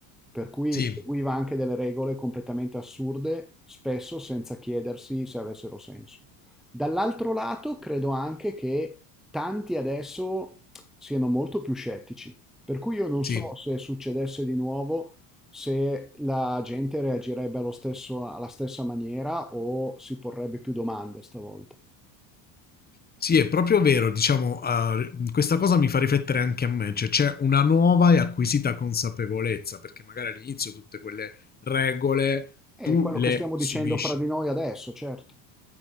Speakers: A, in the centre; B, on the left.
A: per cui
B: Sì.
A: seguiva anche delle regole completamente assurde, spesso senza chiedersi se avessero senso. Dall'altro lato, credo anche che tanti adesso siano molto più scettici, per cui io non so
B: Sì.
A: se succedesse di nuovo se la gente reagirebbe allo stesso- alla stessa maniera o si porrebbe più domande stavolta.
B: Sì, è proprio vero, diciamo, uh, questa cosa mi fa riflettere anche a me, cioè c'è una nuova e acquisita consapevolezza, perché magari all'inizio tutte quelle regole
A: È
B: tu
A: quello
B: le
A: che stiamo
B: subisci.
A: dicendo fra di noi adesso, certo.